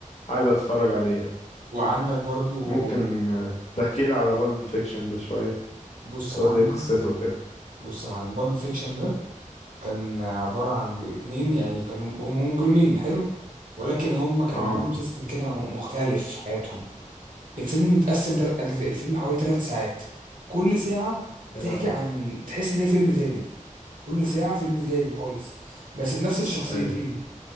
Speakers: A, on the left (about 50°); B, on the right (about 80°).
A: عايز اتفرج عليه يعني.
B: وعندك برضو
A: ممكن آه، تحكي لي على بالب فيكشن ده شويه
B: بص
A: تقول
B: يا معلم
A: لي إيه قصته كده
B: بص يا معلم بالب فيكشن ده كان عباره عن اتنين يعني كانوا هم مجرمين حلو ولكن هم كان
A: اه
B: ليهم سيستم كده مختلف في حياتهم الفيلم متقسم تلات أجزاء الفيلم حوالي تلات ساعات كل ساعة بتحكي
A: يا لهوي
B: عن تحس إن هي فيلم تاني كل ساعة فيلم تاني خالص بس بنفس الشخصيتين
A: ايوه